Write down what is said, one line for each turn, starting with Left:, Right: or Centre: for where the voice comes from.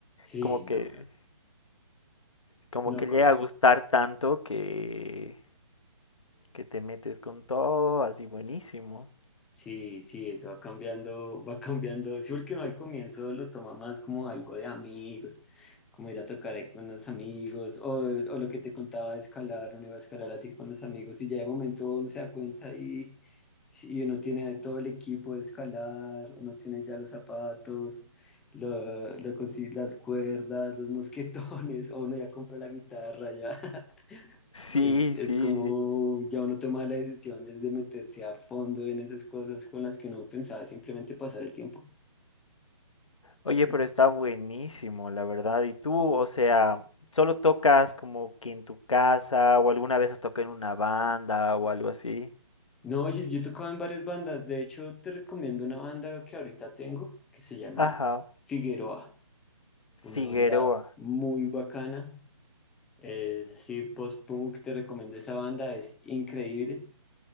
Centre: Sí,
Left: Como que,
Centre: no,
Left: como
Centre: no
Left: que
Centre: come.
Left: llega a gustar tanto que, que te metes con todo, así buenísimo.
Centre: Sí, sí, eso va cambiando, va cambiando. Sí, porque uno al comienzo lo toma más como algo de amigos, como ir a tocar ahí con los amigos, o, o lo que te contaba de escalar, uno iba a escalar así con los amigos, y ya de momento uno se da cuenta y, y uno tiene todo el equipo de escalar, uno tiene ya los zapatos, lo, lo consi- las cuerdas, los mosquetones, o uno ya compra la guitarra, ya.
Left: Sí,
Centre: Es, es
Left: sí.
Centre: como ya uno toma la decisión desde meterse a fondo en esas cosas con las que uno pensaba simplemente pasar el tiempo.
Left: Oye,
Centre: Es-
Left: pero está buenísimo, la verdad. ¿Y tú, o sea, solo tocas como que en tu casa o alguna vez has tocado en una banda o algo así?
Centre: No, yo, yo he tocado en varias bandas. De hecho, te recomiendo una banda que ahorita tengo que se llama
Left: Ajá,
Centre: Figueroa. Una
Left: Figueroa.
Centre: banda muy bacana. Es así, post-punk. Te recomiendo esa banda. Es increíble.